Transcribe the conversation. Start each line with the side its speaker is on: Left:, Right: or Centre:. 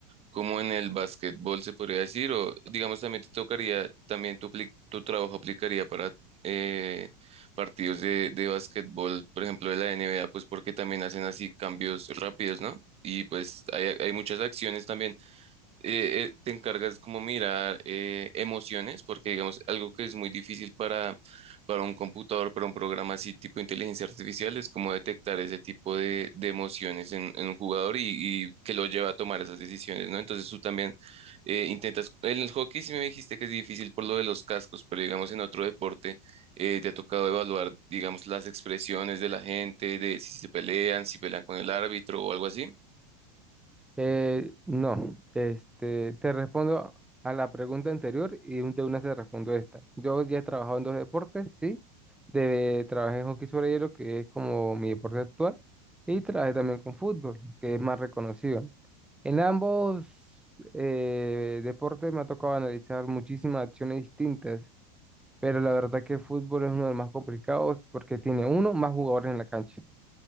Right: como en el básquetbol se podría decir, o digamos también te tocaría, también tu, apli- tu trabajo aplicaría para eh, partidos de, de básquetbol, por ejemplo de la NBA, pues porque también hacen así cambios rápidos, ¿no? Y pues hay, hay muchas acciones también eh, eh, te encargas como mirar eh, emociones, porque digamos, algo que es muy difícil para, para un computador, para un programa así tipo inteligencia artificial, es como detectar ese tipo de, de emociones en, en un jugador y, y que lo lleva a tomar esas decisiones, ¿no? Entonces tú también eh, intentas, en el hockey sí me dijiste que es difícil por lo de los cascos, pero digamos en otro deporte eh, te ha tocado evaluar, digamos, las expresiones de la gente, de si se pelean, si pelean con el árbitro o algo así.
Centre: Eh, no, este, te respondo a la pregunta anterior y un- de una te respondo esta. Yo ya he trabajado en dos deportes, sí. De, trabajé en hockey sobre hielo, que es como mi deporte actual, y trabajé también con fútbol, que es más reconocido. En ambos eh, deportes me ha tocado analizar muchísimas acciones distintas, pero la verdad que el fútbol es uno de los más complicados porque tiene uno, más jugadores en la cancha,